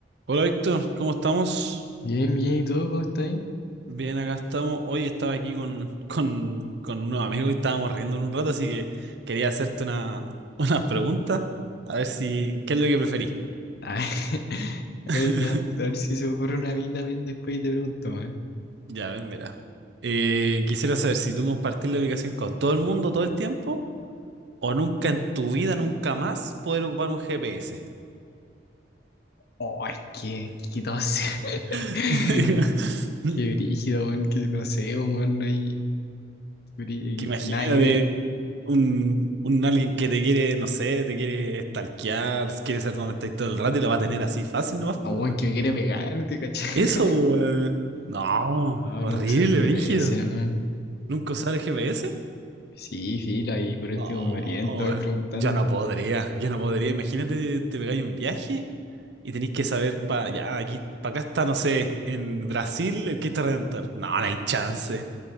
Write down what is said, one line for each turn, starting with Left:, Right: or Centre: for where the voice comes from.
Right: Hola Víctor, ¿cómo estamos?
Left: Bien, bien, ¿y tú cómo estás?
Right: Bien, acá estamos. Hoy estaba aquí con, <laughs> con, con unos amigos y estábamos riendo un rato, así que quería hacerte una, <laughs> una pregunta. A ver si, ¿qué es lo que preferís?
Left: Ay, <laughs> a
Right: <laughs>
Left: ver, ya, a ver si se me ocurre una a mí también después y te pregunto, ¿eh?
Right: Ya, ven, verá. Eh, quisiera saber si tú compartís la ubicación con todo el mundo todo el tiempo o nunca en tu vida, nunca más poder ocupar un GPS.
Left: Oh, es que, que tos. <laughs>
Right: <laughs>
Left: Qué brígido, weón, que no sé, pues, weón, no hay brí-
Right: Que imagínate
Left: eh, nada que ver.
Right: un, un alguien que te quiere, no sé, te quiere stalkear, quiere saber dónde estáis todo el rato y lo va a tener así fácil nomás, pues,
Left: A un weón
Right: weón.
Left: que me quiere pegar, ¿te cachai? <laughs>
Right: Eso, weón. No,
Left: No,
Right: horrible,
Left: no usaron GPS,
Right: brígido.
Left: no.
Right: ¿Nunca usar el GPS?
Left: Sí, filo, ahí por último
Right: No,
Left: me oriento, voy
Right: weón.
Left: preguntando.
Right: Yo no podría, yo no podría. Imagínate, te pegáis un viaje y tenéis que saber para ya, aquí, para acá está, no sé, en Brasil el Cristo Redentor. No, no hay chance.